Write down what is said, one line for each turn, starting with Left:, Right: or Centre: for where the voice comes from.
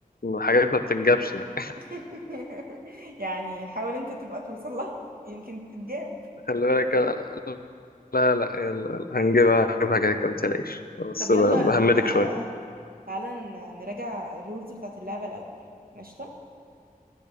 Left: حاجات ما بتتجابش يعني
Right: <laughs> يعني حاول انت تبقى توصل لها يمكن تتجاب
Left: <laughs> خلي بالك أنا- لا لا يلا يلا هنجيبها هنجيبها كده كده متقلقش بس
Right: طب يلا
Left: ب- بهمدك
Right: تعالى
Left: شوية
Right: تعالى ن- نراجع الرولز بتاعت اللعبة الأول ماشي